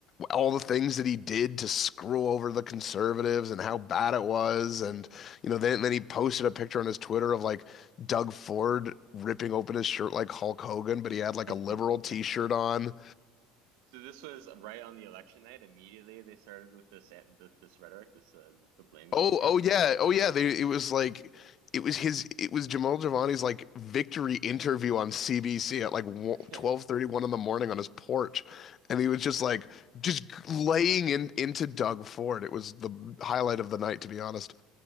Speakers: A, on the left; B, on the right.
A: all the things that he did to screw over the conservatives and how bad it was. And you know, then then he posted a picture on his Twitter of like Doug Ford ripping open his shirt like Hulk Hogan, but he
B: <laughs>
A: had like a liberal t-shirt on.
B: So this was right on the election night. Immediately they started with this with this rhetoric, this uh, the blame
A: Oh,
B: game here.
A: oh yeah, oh yeah. They, it was like it was his it was Jamal Giovanni's like victory interview on CBC at like
B: <laughs>
A: 12:31 in the morning on his porch, and he was just like just laying in into Doug Ford. It was the highlight of the night, to be honest.